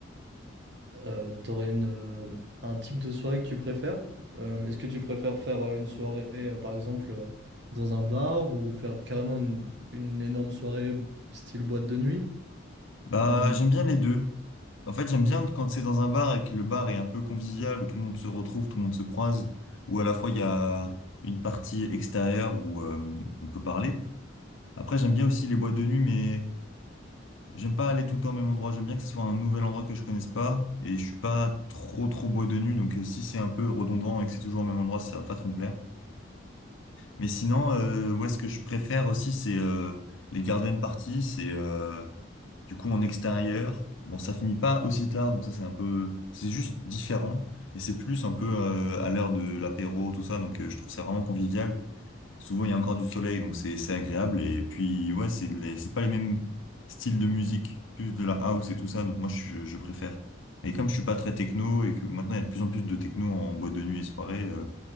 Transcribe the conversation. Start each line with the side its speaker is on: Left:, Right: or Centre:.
Right: euh, t'aurais une, euh, un type de soirée que tu préfères? Euh, est-ce que tu préfères faire euh, une soirée, euh, par exemple, euh, dans un bar ou faire carrément une, une énorme soirée style boîte de nuit?
Left: Bah,
Right: Euh,
Left: j'aime bien les deux. En fait, j'aime bien quand c'est dans un bar et que le bar est un peu convivial, où tout le monde se retrouve, tout le monde se croise, où à la fois il y a une partie extérieure où euh, on peut parler. Après, j'aime bien aussi les boîtes de nuit, mais j'aime pas aller tout le temps au même endroit. J'aime bien que ce soit un nouvel endroit que je connaisse pas, et je suis pas trop trop boîte de nuit, donc euh, si c'est un peu redondant et que c'est toujours au même endroit, ça va pas trop me plaire. Mais sinon, euh, est ce que je préfère aussi, c'est euh, les garden parties. C'est euh, du coup en extérieur. Bon, ça finit pas aussi tard, donc ça c'est un peu, c'est juste différent. Et c'est plus un peu euh, à l'heure de l'apéro, tout ça. Donc euh, je trouve ça vraiment convivial. Souvent il y a encore du soleil, donc c'est c'est agréable. Et puis ouais, c'est les- c'est pas les mêmes styles de musique, plus de la house et tout ça. Donc moi je, je préfère. Et comme je suis pas très techno et que maintenant il y a de plus en plus de techno en boîte de nuit et soirée, euh,